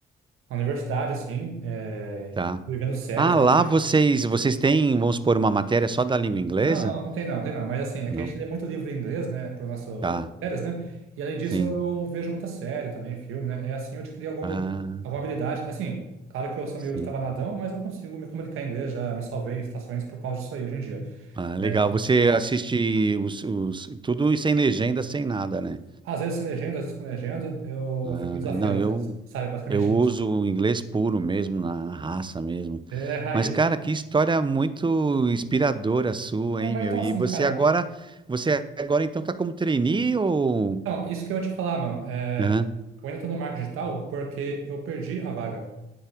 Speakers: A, on the right; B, on the right.
A: na universidade, assim, é,
B: Tá.
A: vivendo séries
B: Ah,
A: e
B: lá
A: tudo mais.
B: vocês, vocês têm, vamos supor, uma matéria só da língua inglesa?
A: Não, não, não tem não, tem não. Mas assim, é
B: Não.
A: que a gente lê muito livro em inglês, né, para nosso
B: Tá.
A: séries, né? E além disso,
B: Sim.
A: eu vejo muita série também, filme, né? É assim, eu adquiri algum,
B: Ah,
A: alguma habilidade, né? Assim, claro que eu sou
B: sim.
A: meio estabanadão, mas eu consigo me comunicar em inglês, já me salvei em estações por causa disso aí hoje em dia,
B: Ah, legal.
A: né?
B: Você assiste os, os- tudo sem legenda, sem nada, né?
A: Às vezes sem legenda, às vezes com legenda, eu
B: Ah,
A: fico me desafiando
B: não, eu
A: às vezes, sabe? Basicamente
B: eu uso
A: isso.
B: o inglês puro mesmo, na raça mesmo.
A: É, raiz.
B: Mas, cara, que história muito inspiradora sua,
A: É,
B: hein,
A: mas
B: meu?
A: então
B: E
A: assim,
B: você
A: cara.
B: agora, você agora então tá como trainee ou?
A: Então, isso que eu ia te falar, mano. É,
B: Aham.
A: eu ainda tô no marketing digital porque eu perdi a vaga.